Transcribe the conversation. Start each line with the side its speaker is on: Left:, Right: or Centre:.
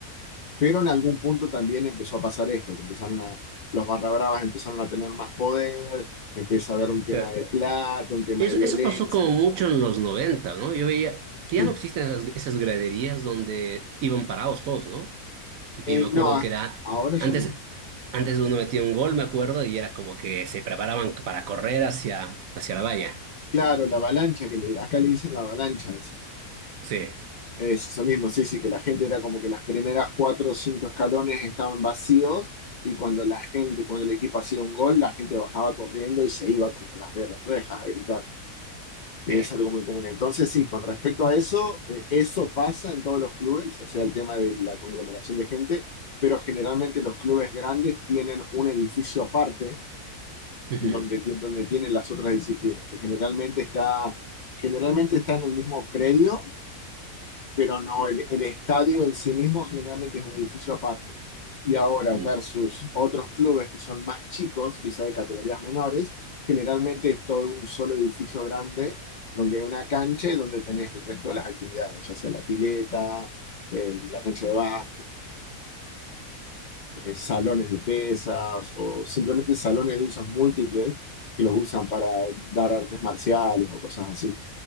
Left: Pero en algún punto también empezó a pasar esto, que empezaron a, los barra bravas empezaron a tener más poder, empieza a haber un tema
Right: Claro.
Left: de plata, un tema
Right: Eso,
Left: de violencia.
Right: eso pasó como mucho en los 90, ¿no? Yo veía que
Left: Sí.
Right: ya no existen esas, esas graderías donde iban parados todos, ¿no? Y que
Left: Eh,
Right: yo me acuerdo
Left: no, a-
Right: que era,
Left: ahora ya
Right: antes,
Left: no.
Right: antes uno metía un gol, me acuerdo, y era como que se preparaban para correr hacia, hacia la valla.
Left: Claro, la avalancha, que le- acá le dicen la avalancha, es,
Right: Sí,
Left: es eso mismo, sí, sí, que la gente era como que las primeras cuatro o cinco escalones estaban vacíos y cuando la gente, cuando el equipo hacía un gol, la gente bajaba corriendo y se iba contra las guerras rejas a gritar. que
Right: sí.
Left: es algo muy común. Entonces, sí, con respecto a eso, eh, eso pasa en todos los clubes, o sea, el tema de la conglomeración de gente, pero generalmente los clubes grandes tienen un edificio aparte
Right: Ujú.
Left: donde, ti- donde tienen las otras disciplinas, que generalmente está, generalmente está en el mismo predio pero no, el, el estadio en sí mismo generalmente es un edificio aparte. Y ahora
Right: Mm,
Left: versus otros clubes que son más chicos, quizá de categorías menores, generalmente es todo un solo edificio grande donde hay una cancha y donde tenés el resto de las actividades, ya sea la pileta, el- la cancha de básquet, eh, salones de pesas o simplemente salones de usos múltiples que los usan para dar artes marciales o cosas así